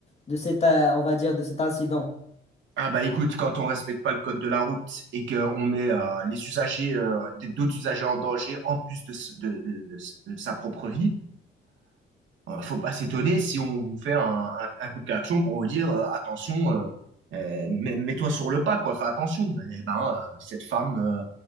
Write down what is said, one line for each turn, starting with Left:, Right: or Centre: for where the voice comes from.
Left: de cet, euh, on va dire, de cet incident?
Right: ah bah écoute, quand on respecte pas le code de la route et qu'on met euh, les usagers, euh, des- d'autres usagers en danger en plus de, s- de, de- de s- de sa propre vie, euh, faut pas s'étonner si on vous fait un, un- un coup de klaxon pour vous dire euh, attention, euh, euh, mets- mets-toi sur le pas, quoi, fais attention. Eh ben, euh, cette femme, euh,